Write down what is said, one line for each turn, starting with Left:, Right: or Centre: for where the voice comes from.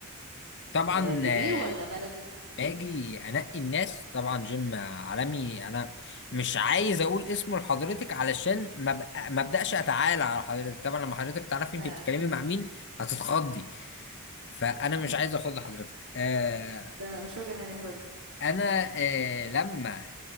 Left: طبعا
Right: آه كبير
Left: آه،
Right: ولا بلدي
Left: باجي انقي الناس طبعا جيم عالمي انا مش عايز اقول اسمه لحضرتك علشان ما بق-
Right: <laughs> مم.
Left: ما ابداش اتعالى على حضرتك طبعا لما حضرتك تعرفي انت
Right: اه
Left: بتتكلمي مع مين هتتخضي فانا مش
Right: مم.
Left: عايز اخض حضرتك آه
Right: تمام مش فاكرة يعني يا فندم
Left: انا آه لما